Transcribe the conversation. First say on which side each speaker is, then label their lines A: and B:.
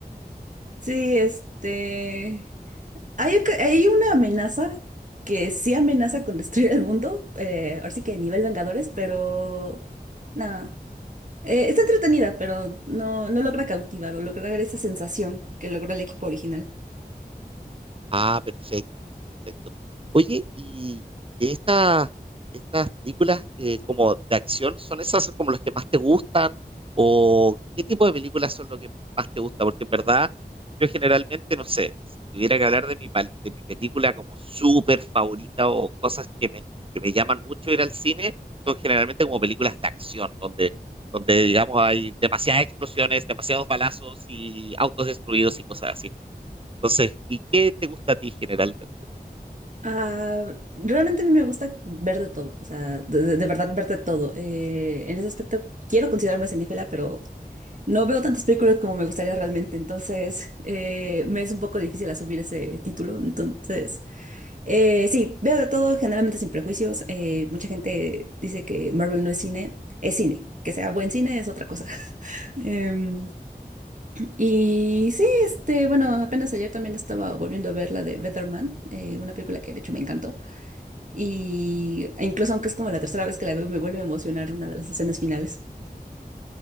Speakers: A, on the right (about 50°); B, on the right (about 35°).
A: Sí, este. Hay, oca- hay una amenaza que sí amenaza con destruir el mundo, eh, ahora sí que nivel Vengadores, pero nada. Eh, está entretenida, pero no, no logra cautivar o lograr esa sensación que logró el equipo original.
B: Ah, perfecto. Perfecto. Oye, y de estas, de estas películas eh, como de acción, ¿son esas como las que más te gustan? ¿O qué tipo de películas son lo que más te gusta? Porque en verdad, yo generalmente, no sé, si tuviera que hablar de mi, pal- de mi película como súper favorita o cosas que me, que me llaman mucho ir al cine, son generalmente como películas de acción, donde, donde digamos hay demasiadas explosiones, demasiados balazos y autos destruidos y cosas así. Entonces, ¿y qué te gusta a ti generalmente?
A: Ah, realmente a mí me gusta ver de todo, o sea, de, de- de verdad ver de todo. Eh, en ese aspecto quiero considerarme cinéfila, pero no veo tantas películas como me gustaría realmente, entonces eh, me es un poco difícil asumir ese título. Entonces, eh, sí, veo de todo, generalmente sin prejuicios. Eh, mucha gente dice que Marvel no es cine, es cine. Que sea buen cine es otra cosa. <laughs> Em, y sí, este, bueno, apenas ayer también estaba volviendo a ver la de Better Man, eh, una película que de hecho me encantó. Y incluso aunque es como la tercera vez que la veo, me vuelve a emocionar una de las escenas finales.